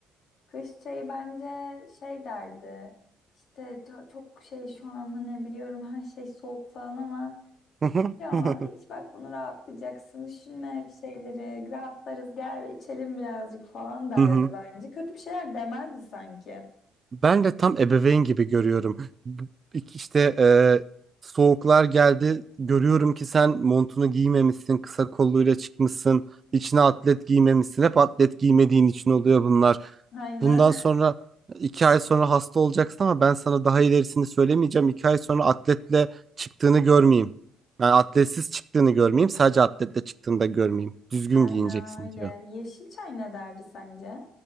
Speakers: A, on the left; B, on the right.
A: Kış çayı bence şey derdi. İşte ço- çok şey şu an hani biliyorum her şey soğuk falan ama
B: <laughs>
A: hiç şey olmaz.
B: Hı
A: İç bak bunu rahatlayacaksın. Düşünme bir şeyleri. Rahatlarız gel içelim birazcık falan derdi
B: hı.
A: bence. Kötü bir şeyler demezdi sanki.
B: Ben de tam ebeveyn gibi görüyorum. Bu- İşte e, soğuklar geldi. Görüyorum ki sen montunu giymemişsin, kısa kolluyla çıkmışsın, içine atlet giymemişsin. Hep atlet giymediğin için oluyor bunlar.
A: Aynen.
B: Bundan
A: <laughs>
B: sonra iki ay sonra hasta olacaksın ama ben sana daha ilerisini söylemeyeceğim. İki ay sonra atletle çıktığını görmeyeyim. Yani atletsiz çıktığını görmeyeyim, sadece atletle çıktığını da görmeyeyim. Düzgün
A: Aynen
B: giyineceksin
A: öyle.
B: diyor.
A: Yeşil çay ne derdi sence?